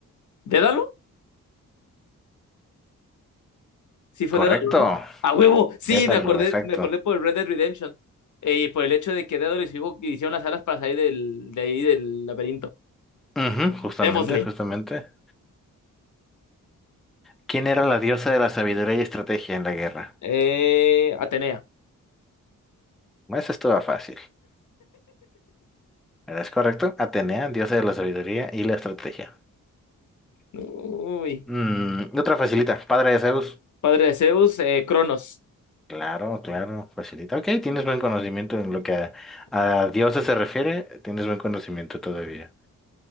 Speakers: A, on the left; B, in the centre.
A: ¿Dédalo? Sí, fue
B: Correcto.
A: Dédalo, ¿no? ¡A huevo! Sí,
B: Dédalo,
A: me acordé,
B: exacto.
A: me acordé por el Red Dead Redemption. eh, y por el hecho de que Dédalo y su hijo hicieron las alas para salir del, de ahí del laberinto.
B: Ujú, justamente,
A: Démosle.
B: justamente. ¿Quién era la diosa de la sabiduría y estrategia en la guerra?
A: Eh, Atenea.
B: Eso estaba fácil. ¿Verdad? ¿Es correcto? Atenea, diosa de la sabiduría y la estrategia.
A: Uy.
B: Mm, otra facilita, padre de Zeus.
A: Padre de Zeus, eh, Cronos.
B: Claro, claro, facilita. Ok, tienes buen conocimiento en lo que a, a dioses se refiere, tienes buen conocimiento todavía.